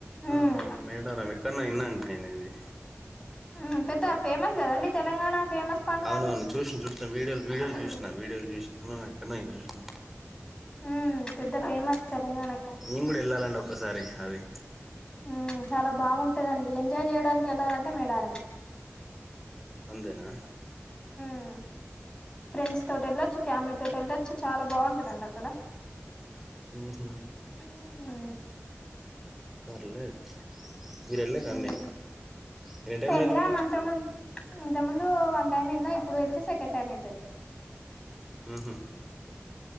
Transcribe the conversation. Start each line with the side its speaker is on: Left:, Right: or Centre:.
Centre: ఆ
Left: ఉమ్
Centre: ఆ మేడారం ఎ కన్నా ఇన్ననాన్ నేను ఇది
Left: ఉ పెద్ద ఫేమస్ కదండి తెలంగాణ ఫేమస్ పండుగ
Centre: అవునవును
Left: అది
Centre: చూసిన చూసిన వీడియోలు వీడియోలు
Left: ఉమ్
Centre: చూసినా వీడియోలు చూసినాను హ ఎక్కడ నేను చూసినా
Left: ఉమ్ పెద్ద ఫేమస్ తెలంగాణకు
Centre: నేను కూడా వెళ్ళాలండి ఒక్కసారి అది
Left: ఉమ్ చాలా బాగుంటదండి ఎంజాయ్ చేయడానికి వెళ్ళాలంటే మేడారం
Centre: అంతేనా
Left: ఉ ఫ్రెండ్స్ తోటి వెళ్ళొచ్చు ఫ్యామిలీ తోటి వెళ్ళొచ్చు చాలా బాగుంటదండి అక్కడ
Centre: ఉహూ
Left: ఉహూ
Centre: పర్లేదు మీరు వెళ్ళారా
Left: ఉహూ
Centre: అండి ఎన్ని టైమ్స్
Left: ఎల్లినం
Centre: వెళ్ళిళ్ళు
Left: అంతక ముందు ఇంత ముందు వన్ టైమ్ వెళ్ళినా ఇప్పుడు వెళతే సెకండ్ టైం అయితది
Centre: ఉహూ